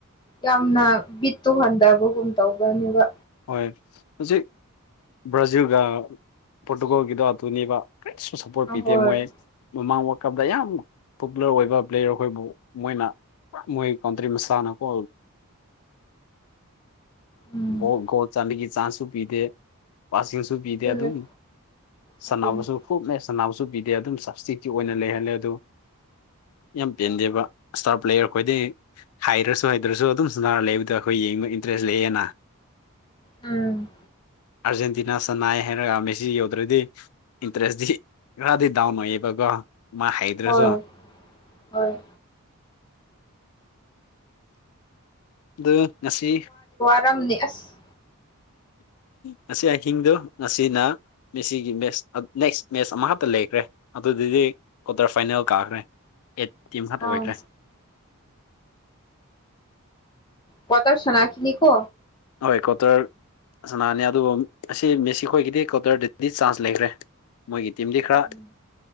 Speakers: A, on the left; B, on the left.
A: ꯌꯥꯝꯅ ꯕꯤꯠꯇꯨ ꯍꯟꯗꯕꯒꯨꯝ ꯇꯧꯕꯅꯦꯕ
B: ꯍꯣꯏ ꯍꯧꯖꯤꯛ ꯕ꯭ꯔꯥꯖꯤꯜꯒ ꯄꯣꯔꯇꯨꯒꯜꯒꯤꯗꯣ ꯑꯗꯨꯅꯦꯕ ꯀꯔꯤꯁꯨ ꯁꯄꯣꯔꯠ
A: ꯑꯍꯣꯏ
B: ꯄꯤꯗ ꯃꯣꯏ ꯃꯃꯥꯡ ꯋꯥꯜ ꯀꯞꯗ ꯌꯥꯝ ꯄꯣꯄꯨꯂꯔ ꯑꯣꯏꯕ ꯄ꯭ꯂꯦꯌꯔ ꯑꯩꯈꯣꯏꯕꯨ ꯃꯣꯏꯅ ꯃꯣꯏ ꯀꯥꯎꯟꯇ꯭ꯔꯤ ꯃꯁꯥꯟꯅꯀꯣ
A: ꯎꯝ
B: ꯒꯣꯜ ꯆꯥꯟꯕꯒꯤ ꯆꯥꯟꯁꯁꯨ ꯄꯤꯗꯦ ꯄꯥꯁꯌꯨꯁꯨ ꯄꯤꯗꯦ
A: ꯑꯗꯨꯅꯦ
B: ꯑꯗꯨꯝ
A: ꯑꯗꯨꯅꯦ
B: ꯁꯥꯟꯅꯕꯁꯨ ꯐꯨꯜꯃꯦꯁ ꯁꯅꯥꯕꯨꯁꯨ ꯄꯤꯗꯦ ꯑꯗꯨꯝ ꯁꯞꯇꯤꯛꯀꯤ ꯑꯣꯏꯅ ꯂꯩꯍꯜꯂꯦ ꯑꯗꯨ ꯌꯥꯝ ꯄꯦꯟꯗꯦꯕ ꯏꯁꯇꯥꯔ ꯄ꯭ꯂꯦꯌꯔ ꯈꯣꯏꯗꯤꯩ ꯍꯥꯏꯔꯁꯨ ꯍꯥꯏꯗ꯭ꯔꯁꯨ ꯑꯗꯨꯝꯁꯨ ꯅꯥꯔ ꯂꯩꯕꯗ ꯑꯩꯈꯣꯏ ꯌꯦꯡꯕ ꯏꯟꯇꯔꯦꯁ ꯂꯩꯌꯦꯅ
A: ꯎꯝ
B: ꯑꯥꯔꯖꯦꯟꯇꯤꯅꯥ ꯁꯟꯅꯥꯏ ꯍꯥꯏꯔꯒ ꯃꯦꯁꯤ ꯌꯧꯗ꯭ꯔꯗꯤ ꯏꯟꯇꯔꯦꯁꯇꯤ ꯈꯔꯗꯤ ꯗꯥꯎꯟ ꯑꯣꯏꯌꯦꯕꯀꯣ ꯃꯥ ꯍꯩꯇ꯭ꯔꯁꯨ
A: ꯍꯣꯏ ꯍꯣꯏ
B: ꯑꯗꯨ ꯉꯁꯤ
A: ꯔꯝꯅꯤ ꯑꯁ
B: ꯉꯁꯤ ꯑꯍꯤꯡꯗꯣ ꯉꯁꯤꯅ ꯃꯦꯁꯤꯒꯤ ꯃꯦꯁ ꯂꯩ ꯃꯦꯁ ꯑꯃ ꯈꯛꯇ ꯂꯩ ꯔꯦ ꯑꯗꯨꯗꯨꯗꯤ ꯀ꯭ꯋꯥꯇꯔ ꯐꯥꯏꯅꯦꯜ ꯀꯥꯈ꯭ꯔꯦ ꯑꯦ ꯇꯤꯝ ꯈꯛ
A: ꯑꯥ
B: ꯑꯣꯏꯈ꯭ꯔꯦ
A: ꯀ꯭ꯋꯥꯇꯔ ꯁꯥꯅꯈꯤꯅꯤꯀꯣ
B: ꯍꯣꯏ ꯀ꯭ꯋꯥꯇꯔ ꯁꯥꯅꯅꯤ ꯑꯗꯨꯒ ꯑꯁꯤ ꯃꯦꯁꯤ ꯈꯣꯏꯒꯤꯗꯤ ꯀ꯭ꯋꯥꯇꯔꯗꯗꯤ ꯆꯥꯟꯁ ꯂꯩꯈ꯭ꯔꯦ ꯃꯣꯏꯒꯤ ꯇꯤꯝꯗꯤ ꯈꯔ
A: ꯎꯝ